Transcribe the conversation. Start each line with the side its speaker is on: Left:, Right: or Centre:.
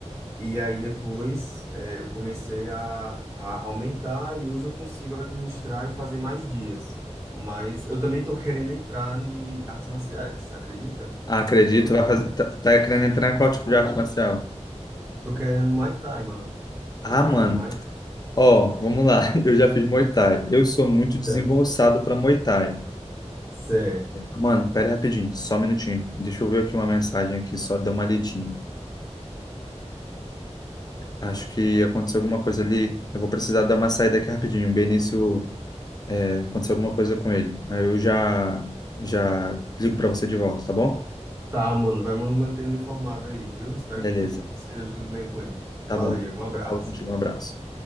Right: E aí depois eh, eu comecei a, a aumentar e hoje eu consigo administrar e fazer mais dias. Mas eu também tô querendo entrar em artes marciais, acredita?
Left: Ah, acredito,
Right: Tô, que-
Left: vai fazer. Tá, tá querendo entrar em qual tipo de arte marcial?
Right: tô querendo Muay Thai, mano.
Left: Ah,
Right: Tô querendo
Left: mano.
Right: Muay Thai.
Left: Ó, vamos lá. <laughs> Eu já fiz Muay Thai. Eu sou muito
Right: Já.
Left: desengonçado pra Muay Thai.
Right: Certo.
Left: Mano, pera aí rapidinho, só um minutinho. Deixa eu ver aqui uma mensagem aqui, só dar uma lidinha. Acho que aconteceu alguma coisa ali. Eu vou precisar dar uma saída aqui rapidinho. O Benício, é, aconteceu alguma coisa com ele. Aí eu já já ligo pra você de volta, tá bom?
Right: Tá, mano. Vai me mantendo informado aí, viu? Espero
Left: Beleza.
Right: que tu esteja tudo bem com ele.
Left: Tá
Right: Valeu,
Left: bom.
Right: um abraço.
Left: Já falo contigo. Um abraço.